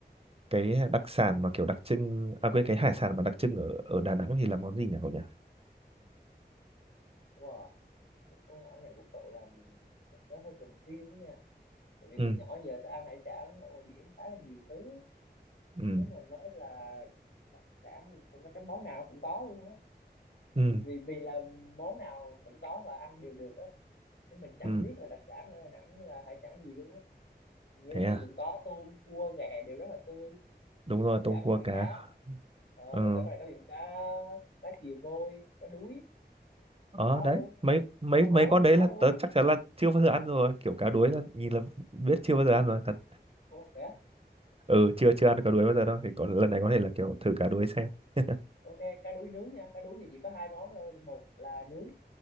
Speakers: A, on the right (about 35°); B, on the left (about 80°).
A: cái đặc sản mà kiểu đặc trưng à quên cái hải sản mà đặc trưng ở ở Đà Nẵng thì là món gì nhỉ cậu nhỉ
B: wow cái câu hỏi này của cậu làm mình tớ hơi confused nha tại vì
A: ừ
B: từ nhỏ giờ tớ ăn hải sản ở ngoài biển khá là nhiều thứ
A: ừ
B: nếu mà nói là đặc sản thì thật ra cái món nào nó cũng có luôn á
A: ừ
B: vì vì là món nào cũng có và ăn đều được á nên mình chẳng
A: ừ
B: biết là đặc sản ở Đà Nẵng là hải sản gì luôn á nghĩa
A: thế
B: là cái
A: à
B: gì cũng có tôm cua ghẹ đều rất là tươi
A: đúng rồi
B: tất
A: tôm
B: cả
A: cua
B: các loại
A: cá
B: cá ờ,
A: ừ
B: tất cả các loại cá ví dụ cá cá chìa vôi cá đuối
A: ờ
B: cũng có
A: đấy
B: luôn
A: mấy mấy
B: cá
A: mấy
B: hố
A: con
B: cũng
A: đấy
B: có
A: là
B: luôn
A: tớ chắc chắn là chưa bao giờ ăn rồi kiểu cá đuối là nhìn là biết chưa bao giờ ăn rồi thật
B: ủa vậy á
A: ừ chưa chưa ăn cá đuối bao giờ đâu thì có lần này có thể là kiểu thử cá đuối xem <laughs>
B: ok cá đuối nướng nha cá đuối thì chỉ có hai món thôi một là nướng